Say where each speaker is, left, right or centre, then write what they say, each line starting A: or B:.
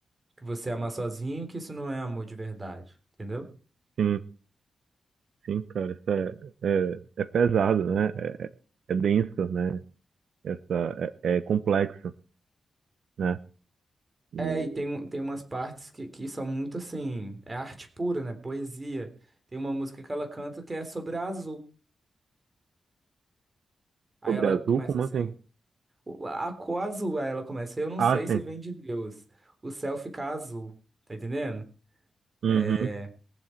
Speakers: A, on the right (about 25°); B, on the right (about 75°).
A: que você ama sozinho, que isso não é amor de verdade, entendeu?
B: sim, sim, cara, isso é, é, é pesado, né? É, é denso, né? Essa, é, é complexo, né? E
A: É, e tem, um- tem umas partes que, que são muito assim, é arte pura, né? Poesia. Tem uma música que ela canta que é sobre a azul. Aí
B: sobre
A: ela
B: azul,
A: começa
B: como
A: assim,
B: assim?
A: o- a cor azul, aí ela começa, eu não
B: Ah,
A: sei se
B: sim,
A: vem de Deus, o céu fica azul. Tá entendendo?
B: uhum,
A: É,